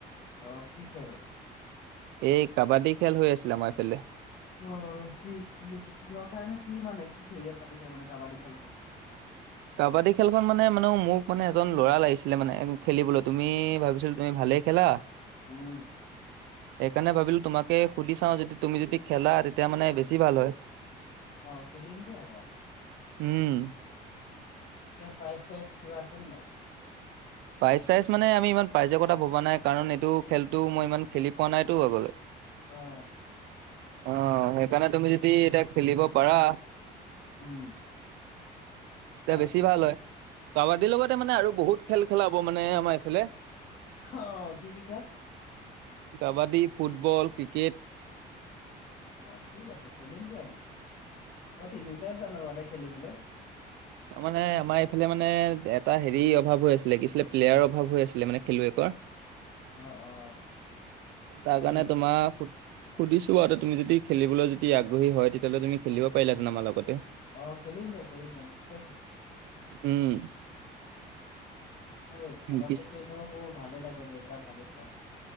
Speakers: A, on the left (about 60°); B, on the right (about 85°).
A: অ কি খেল।
B: এই কাবাডী খেল হৈ আছিলে আমাৰ এইফালে।
A: অ কি কি হ কিহৰ কাৰণে কি মানে কি হেৰিয়াত পাতিছে মানে কাবাডী খেলখন।
B: কাবাডী খেলখন মানে মানে মোক মানে এজন ল'ৰা লাগিছিলে মানে খেলিবলৈ তুমি ভাবিছিল তুমি ভালেই খেলা
A: উম।
B: সেইকাৰণে ভাবিলোঁ তোমাকে সুধি চাওঁ যদি তুমি যদি খেলা তেতিয়া মানে বেছি ভাল হয়।
A: অ', খেলিম দিয়া এবাৰ।
B: উম।
A: কিবা প্ৰাইছ চাইজ কিবা আছে নাই?
B: পাইছ চাইজ মানে আমি ইমান পাইজৰ কথা ভবা নাই কাৰণ এইটো খেলতটো মই ইমান খেলি পোৱা নাইতো আগলৈ।
A: অ'
B: অ', সেইকাৰণে তুমি যদি এতিয়া খেলিব পাৰা।
A: উম,
B: এতিয়া
A: কোৱা
B: বেছি ভাল হয় কাবাডীৰ লগতে মানে আৰু বহুত খেল খেলাব মানে আমাৰ এইফালে।
A: অ', কি কি খেল
B: কাবাডী, ফুটবল, ক্ৰিকেট।
A: অ', ঠিক আছে খেলিম দিয়া মই অ', তিনিওটাই জানোঁ বাৰু দে খেলিবলে।
B: <inaudible> অ', মানে আমাৰ এইফালে মানে এটা হেৰি অভাৱ হৈ আছিলে কি আছিলে প্লেয়াৰ অভাৱ হৈ আছিলে মানে খেলুৱৈকৰ।
A: অ অ
B: তাৰ
A: হয়
B: কাৰণে
A: নেকি
B: তোমাৰ সুধিছো আৰু তুমি যদি খেলিবলৈ যদি আগ্ৰহী হয় তেতিয়াহ'লে তুমি খেলিব পাৰিলাহেঁতেন আমাৰ লগতে।
A: অ খেলিমগে খেলিমগে নিশ্চয় খেলিমগে।
B: উম।
A: ম খেল
B: পিছে
A: পতিনেও মোৰ ভালে লাগে মই ভালে পাওঁ।